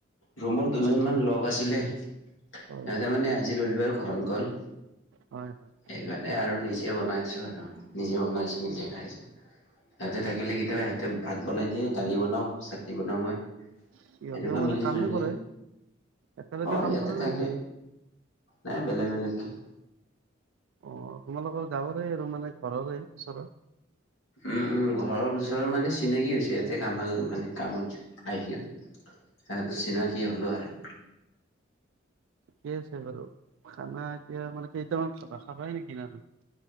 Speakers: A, on the left; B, on the right.
A: ৰুমৰ দুজনমান
B: হয় নেকি
A: লগ আছিলে সিহঁতে
B: হয় হয়
A: মানে আজি ৰবিবাৰ ঘৰত গ'ল
B: হয় হয়
A: সেইকাৰণে আৰু নিজে বনাই আছো আৰু নিজে বনাইছো নিজে খাইছো সিহঁতে থাকিলে কেতিয়াবা সিহঁতে ভাত বনাই দিয়ে দালি বনাও চাটনি বনাওঁ মই
B: সিহঁতেও
A: সেনেকুৱা
B: মানে
A: মিলি
B: কামেই
A: জুলিকে
B: কৰে একেলগে
A: অ
B: কাম
A: ইয়াতে
B: কৰা নেকি?
A: থাকে নাই বেলেগ বেলেগে
B: অ তোমালোকৰ গাঁৱৰে আৰু মানে ঘৰৰে ওচৰৰ
A: উম উম ঘৰৰ ওচৰৰ মানে চিনাকি হৈ হৈছে ইয়াতে কাম মানে কামত আহ ক সেই চিনাকি হলো আৰু
B: ঠিকে আছে বাৰু খানা এতিয়া মানে কেইটামান খাবা খাবাই নেকি ন আৰু